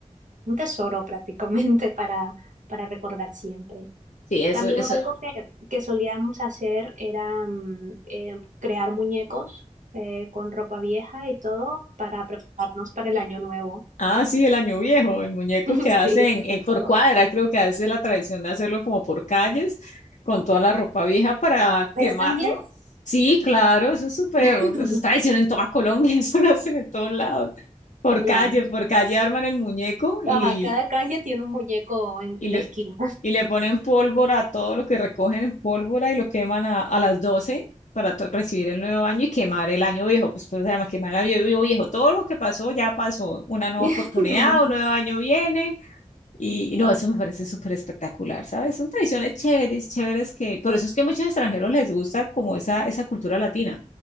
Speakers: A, on the right; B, on the left.
A: un tesoro <laughs> prácticamente para, para recordar siempre.
B: Sí, eso,
A: También
B: eso.
A: algo que, que solíamos hacer era mm, eh, crear muñecos eh, con ropa vieja y todo para prepararnos para el año nuevo.
B: Ah, sí, el año viejo, el muñeco
A: <laughs>
B: que hacen
A: Sí, el muñeco.
B: eh, por cuadra, creo que hace la tradición de hacerlo como por calles, con toda la ropa vieja para quemarlo.
A: ¿Allá también?
B: Sí, claro, eso es súper,
A: <laughs>
B: eso es tradición en toda Colombia, <laughs> eso lo hacen en todos lados. Por
A: Bueno,
B: calle, por calle arman el muñeco y
A: ajá, cada calle tiene un muñeco en,
B: y,
A: en
B: le-
A: la esquina.
B: y le ponen pólvora a todo lo que recogen en pólvora y lo queman a, a las 12 para to- recibir el nuevo año y quemar el año viejo. Pues, pues además, quemar el año viejo, viejo. Todo lo que pasó ya pasó. Una nueva
A: <laughs>
B: oportunidad, un nuevo año viene. Y no, eso me parece súper espectacular, ¿sabes? Son tradiciones chéveres, chéveres que, por eso es que a muchos extranjeros les gusta como esa, esa cultura latina,